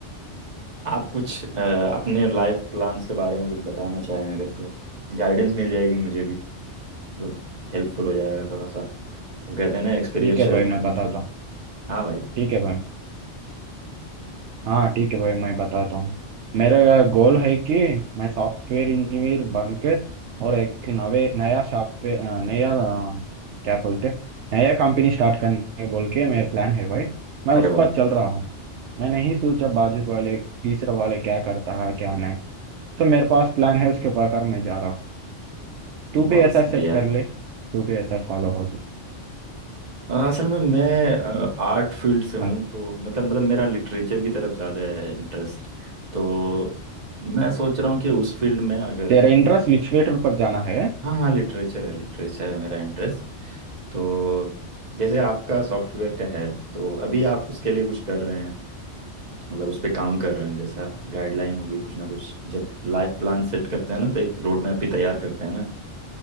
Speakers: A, on the right (about 35°); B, on the right (about 70°).
A: आप कुछ अ, अपने लाइफ प्लान्स के बारे में कुछ बताना चाहें अगर तो गाइडेंस मिल जाएगी मुझे भी मतलब हेल्पफुल हो जाएगा थोड़ा सा वो कहते हैं ना एक्सपीरियंस
B: ठीक
A: शेयर
B: है भाई
A: करने
B: मैं बताता
A: से
B: हूँ
A: हाँ भाई
B: ठीक है भाई हाँ ठीक है भाई मैं बताता हूँ मेरा गोल है कि मैं सॉफ्टवेयर इंजीनियर बनकर और एक नवे नया सॉफ्टवेयर अ, नया अ, क्या बोलते नया कंपनी स्टार्ट करने बोल के मेरा प्लान है भाई मैं
A: अरे
B: उस
A: वाह
B: पर चल रहा हूँ मैं नहीं सोचा बाजू वाले तीसरा वाले क्या करता है क्या नहीं सो मेरे पास प्लान है उसके बगैर मैं जा रहा हूँ तू भी
A: बहुत
B: ऐसा
A: सही
B: सेट
A: है
B: कर ले तू भी ऐसा फॉलो हो जाए
A: अ, असल में मैं आर्ट फील्ड से हूँ
B: अब
A: तो मतलब मतलब मेरा लिटरेचर की तरफ ज़्यादा है इंटरेस्ट तो मैं सोच रहा हूँ कि उस फील्ड में अगर
B: तेरा इंटरेस्ट लिटरेचर पर जाना है
A: हाँ हाँ लिटरेचर है लिटरेचर है मेरा इंटरेस्ट तो जैसे आपका सॉफ्टवेयर का है तो अभी आप उसके लिए कुछ कर रहे हैं मतलब उस पे काम कर रहे हैं जैसा गाइडलाइन होगी कुछ ना कुछ जब लाइफ प्लान सेट करते हैं ना तो एक रोड मैप भी तैयार करते हैं ना